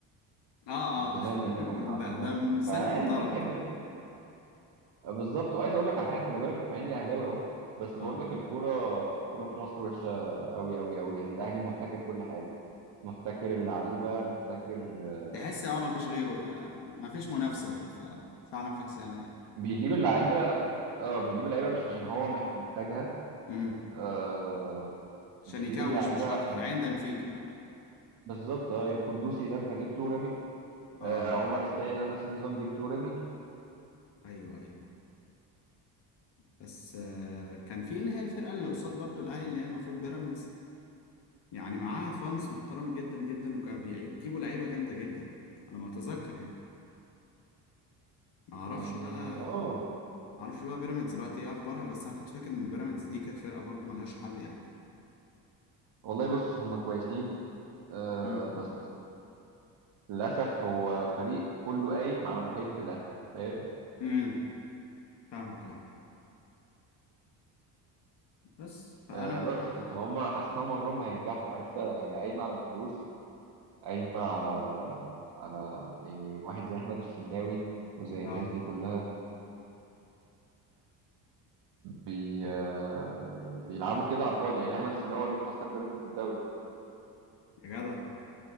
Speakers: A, on the left; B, on the right.
A: اه اه
B: من زمان
A: آه.
B: يعني
A: <laughs>
B: هم حد
A: ده ده مثال
B: فعادي
A: محترم
B: انت بتحب
A: ده
B: بالظبط وعايز اقول لك على حاجة خلي بالك مع اني اهلاوي اهو بس
A: اه
B: بقول لك الكورة الكورة في مصر وحشة قوي قوي قوي يعني الاهلي محتكر كل حاجة محتكر اللعيبة محتكر آه،
A: تحس اه مفيش غيره آه، مفيش منافسة ففعلا فكسانة يعني
B: بيجيب اللعيبة اه بيجيب اللعيبة مش عشان هو مح- محتاجها
A: امم
B: آه
A: عشان
B: بيجيب
A: يكوش
B: اللعيبه
A: مش اكتر
B: عشان
A: عندم فيك فاهم
B: بالظبط اه الكندوسي ده انت جبته ورميته
A: اه
B: آه عمر السيد ده نفس النظام جبته ورميته
A: ايوه ايوه بس آه كان في اللي هي الفرقة اللي قصاد برضو الاهلي اللي هي المفروض بيراميدز يعني معاها فانز محترم جدا جدا وكانوا بيجيبوا لعيبة جامدة جدا على ما اتذكر يعني ما اعرفش
B: يعني
A: بقى
B: اه
A: معرفش بقى بيراميدز دلوقتي ايه اخبارها بس انا كنت فاكر ان بيراميدز دي كانت فرقه برضو ملهاش حل يعني
B: والله بص هم كويسين آه
A: امم
B: بس للاسف هو فريق كله قايم على مكايده الاهلي فاهم
A: امم فاهمك اه بس فانا
B: آه بس فهم حاسس ان هم عمرهم ما هينجحوا عرفت هي قايمه على الفلوس قايمه على على يعني واحد زي احمد الشناوي وزي
A: اه
B: الناس دي كلها بي آه، بيلعبوا كده على الفاضي يعني احمد الشناوي هو اللي مخسر بيراميدز الدوري
A: يا جدع